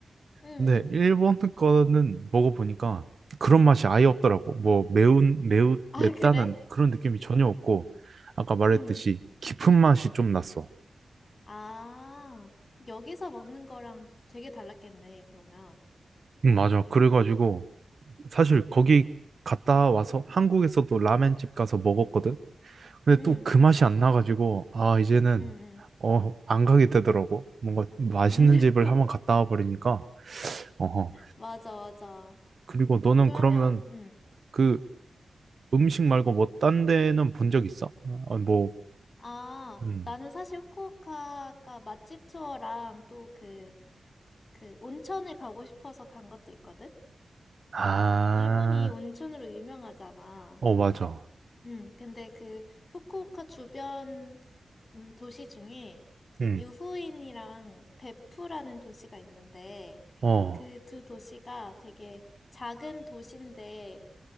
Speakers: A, on the left (about 45°); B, on the right (about 65°).
A: 음,
B: 근데
A: 음.
B: 일본 거는 먹어보니까 그런 맛이 아예 없더라고. 뭐 매운, 매우,
A: 아,
B: 맵다는
A: 그래?
B: 그런 느낌이 전혀 없고, 아까 말했듯이
A: 음.
B: 깊은 맛이 좀 났어.
A: 아, 여기서 먹는 거랑 되게 달랐겠네, 그러면.
B: 응, 맞아. 그래가지고 사실 거기 갔다 와서 한국에서도 라멘집 가서 먹었거든. 근데
A: 응,
B: 또 그 맛이 안 나가지고, 아, 이제는
A: 응, 응.
B: 어, 안 가게 되더라고. 뭔가 맛있는
A: 응. <laughs>
B: 집을 한번 갔다 와 버리니까. 어허.
A: 맞아, 맞아.
B: 그리고 너는
A: 그러면,
B: 그러면
A: 응.
B: 그 음식 말고 뭐 딴 데는 본 적 있어? 어, 어, 뭐,
A: 아,
B: 음.
A: 나는 사실 후쿠오카가 맛집 투어랑 또 그, 그 온천을 가고 싶어서 간 것도 있거든?
B: 아,
A: 일본이 온천으로 유명하잖아.
B: 어, 맞아.
A: 음, 근데 그 후쿠오카 주변 음, 도시 중에 그
B: 음.
A: 유후인이랑 베푸라는 도시가 있는데
B: 어.
A: 그 두 도시가 되게 작은 도시인데